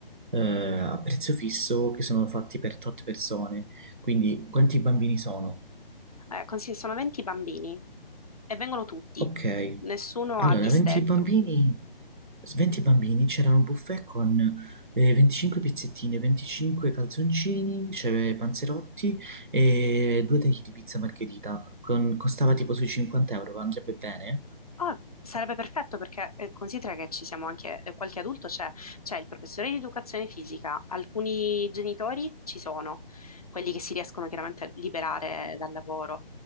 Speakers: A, on the right; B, on the left.
A: eh, a prezzo fisso che sono fatti per tot persone. Quindi, quanti bambini sono?
B: Eh, consigli, sono 20 bambini e vengono tutti,
A: Ok.
B: nessuno
A: Allora,
B: ha disdetto,
A: 20 bambini,
B: quindi
A: s- 20 bambini, c'era un buffet con eh, 25 pizzettine, 25 calzoncini, c'era panzerotti e due tagli di pizza margherita. Con- costava tipo sui 50 euro, ma andrebbe bene?
B: Ah, sarebbe perfetto perché eh, considera che ci siamo anche, eh, qualche adulto c'è, c'è il professore di educazione fisica, alcuni genitori ci sono, quelli che si riescono chiaramente a liberare dal lavoro